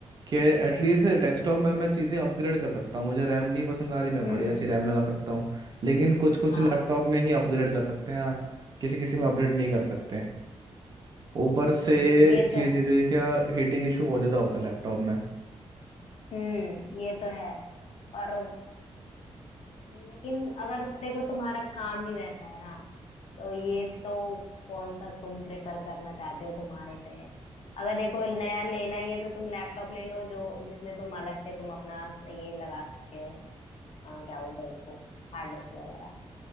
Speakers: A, on the right (about 40°); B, on the left (about 65°).
A: कि एटलीस्ट डेस्कटॉप में मैं चीज़ें अपग्रेड कर सकता हूँ मुझे रैम नहीं पसंद आ रही मैं
B: हम्म
A: बढ़िया सी रैम लगा सकता हूँ लेकिन कुछ कुछ
B: हाँ
A: लैपटॉप में ही अपग्रेड कर सकते हैं किसी किसी में अपडेट नहीं कर सकते ऊपर से
B: हम्म, ये
A: चीज़
B: तो है
A: ये भी है क्या हीटिंग इशू बहुत ज़्यादा होता है लैपटॉप में
B: हम्म ये तो है और लेकिन अगर देखो तुम्हारा काम भी वैसा है ना तो ये तो कौन सा तुम प्रेफर करना चाहते हो तुम्हारे पे है अगर देखो नया लेना ही है तो तुम लैपटॉप ले लो जो जिसमें तुम अलग से तुम अपना ये लगा सकते हो अ, क्या बोलते हो उसको हार्ड डिस्क वगैरह